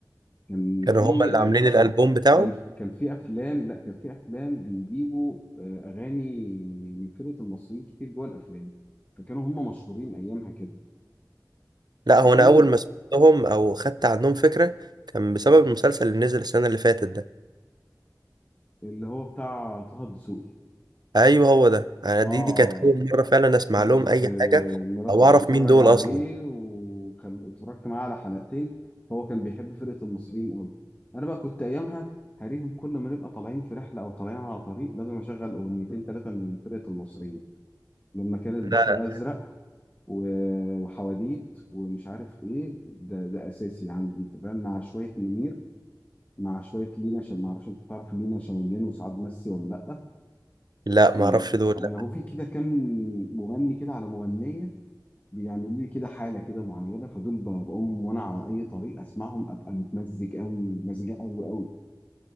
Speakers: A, on the left; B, on the right.
A: كان
B: كانوا
A: في
B: هما اللي
A: آه،
B: عاملين الالبوم
A: كان
B: بتاعه
A: كان كان في افلام لا كان في افلام بيجيبوا آه، اغاني من فرقة المصريين كتير جوه الافلام فكانوا هم مشهورين ايامها كده
B: لا هو
A: وكان
B: انا اول ما سمعتهم او خدت عنهم فكره كان بسبب المسلسل اللي نزل السنه اللي فاتت ده
A: اللي هو بتاع طه الدسوقي
B: ايوه هو ده انا
A: اه
B: دي
A: آه،
B: دي كانت اول مره فعلا اسمع
A: كانت
B: لهم اي
A: آه،
B: حاجه
A: مراتي
B: او
A: بتتفرج
B: اعرف مين دول
A: عليه
B: اصلا
A: وكان اتفرجت معاه على حلقتين هو كان بيحب فرقة المصريين قوي انا بقى كنت ايامها هريهم كل ما نبقى طالعين في رحلة او طالعين على طريق لازم اشغل اغنيتين ثلاثة من فرقة المصريين لما كان البحر
B: لا
A: ازرق و- وحواديت ومش عارف ايه ده ده اساسي عندي انت فاهم مع شوية منير مع شوية لينا عشان ما اعرفش انت تعرف لينا شمالين وسعاد مسي ولا لا
B: لا
A: إيه،
B: ما اعرفش دول
A: يعني
B: لا.
A: هو في كده كام مغني كده على مغنية بيعملوا لي كده حالة كده معينة فدول ب- بقوم وأنا على أي طريق أسمعهم أبقى متمزج أوي مزاجي حلو أوي